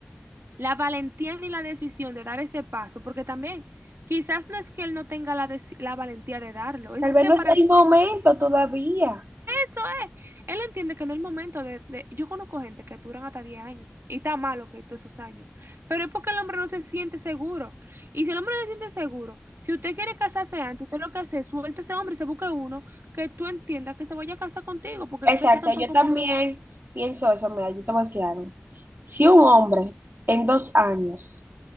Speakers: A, on the right (about 80°); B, on the right (about 60°).
A: la valentía ni la decisión de dar ese paso, porque también quizás no es que él no tenga la, deci- la valentía de darlo, es
B: Tal vez
A: que
B: no
A: para
B: es el momento todavía.
A: Eso es. Él entiende que en el momento de, de- Yo conozco gente que duran hasta 10 años y está malo que todos esos años. Pero es porque el hombre no se siente seguro. Y si el hombre no se siente seguro, si usted quiere casarse antes, usted lo que hace es suelte a ese hombre y se busque uno que tú entiendas que se vaya a casar contigo, porque
B: Exacto,
A: es que tú tampoco
B: yo también
A: puedes
B: pienso eso, mira, yo te voy a decir algo. Si un hombre en dos años